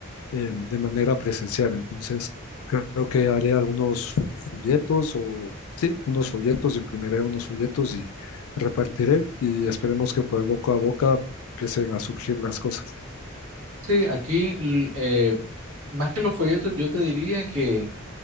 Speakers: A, on the left; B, on the right.
A: eh, de manera presencial. Entonces, creo que haré algunos folletos o, sí, unos folletos, imprimiré unos folletos y repartiré y esperemos que por boca a boca empiecen a surgir las cosas.
B: Sí, aquí l- eh, más que los folletos, yo te diría que